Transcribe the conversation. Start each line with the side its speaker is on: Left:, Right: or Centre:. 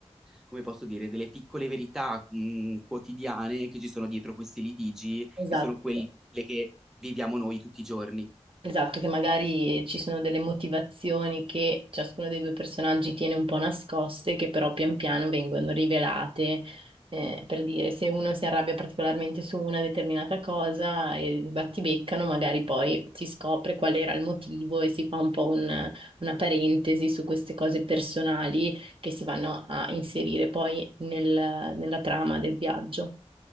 Centre: come posso dire, delle piccole verità, mh, quotidiane che ci sono dietro questi litigi,
Right: esatto.
Centre: che sono quelle che viviamo noi tutti i giorni.
Right: Esatto, che magari ci sono delle motivazioni che ciascuno dei due personaggi tiene un po' nascoste, che però pian piano vengono rivelate, eh, per dire se uno si arrabbia particolarmente su una determinata cosa e battibeccano, magari poi si scopre qual era il motivo e si fa un po' un- una parentesi su queste cose personali che si vanno a inserire poi nel- nella trama del viaggio.